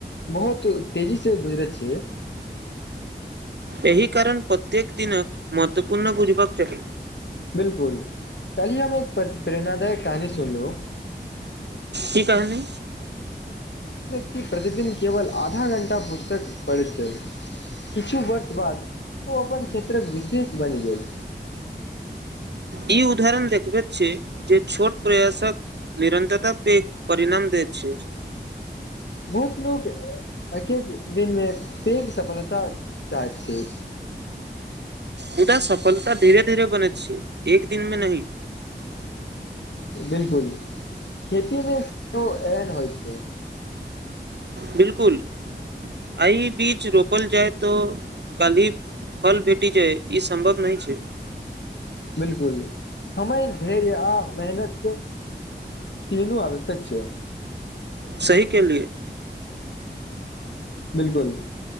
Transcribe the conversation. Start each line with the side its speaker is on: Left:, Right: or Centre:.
Left: बहुत तेजी से गुजरैत छैैय।
Right: एहि कारण प्रत्येक दिनकक महत्वपूर्ण बुझबाक चाही।
Left: बिलकुल कलहि हम एक प्रेरणाादायक कहानी सुनलो।
Right: की कहानि।
Left: कि प्रतिदिन केवल आधा घण्टा पुस्तक पढ़ैत छल किछु वर्ष बाद ओ अपन क्षेत्रक विशेष बनि गेल।
Right: ई उदाहरण देखबैत छै जे छोट प्रयासक निरन्तरता पैघ परिणाम दैत छैय।
Left: बहुत लोक एक एक दिनमे पैघ सफलता चाहैत छैय।
Right: मुदा सफलता धीरे धीरे बनैत छै एक दिन मे नही।
Left: बिलकुल खेतीमे सेहो एहन होइ छै।
Right: बिलकुल आइ बीच रोपल जाय त काली फल भेटी जाय ई सम्भव नहि छै।
Left: बिलकुल समय धैर्य आ मेहनत केन आश्यक छै।
Right: सही कहली या।
Left: बिलकुल